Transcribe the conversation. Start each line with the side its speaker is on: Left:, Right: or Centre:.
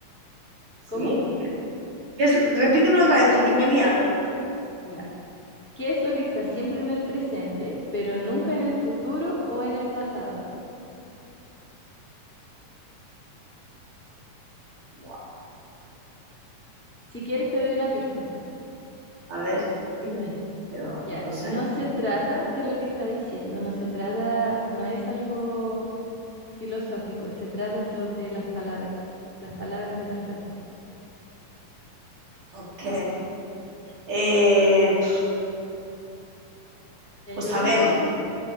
Right: Sí,
Centre: ¿Cómo?
Right: que- es- repítemelo otra vez porque me he liado.
Centre: Ya. ¿Qué es lo que está siempre en el presente, pero nunca en el futuro o en el pasado?
Right: Buah.
Centre: Si quieres te doy una pista.
Right: A ver, dime, pero
Centre: Ya,
Right: no lo sé.
Centre: no se trata de lo que está diciendo, no se trata, no es algo filosófico, se trata sobre las palabras, las palabras de la frase.
Right: Ok. Eh,
Centre: ¿Te
Right: pues
Centre: ayudó
Right: a ver.
Centre: un poco?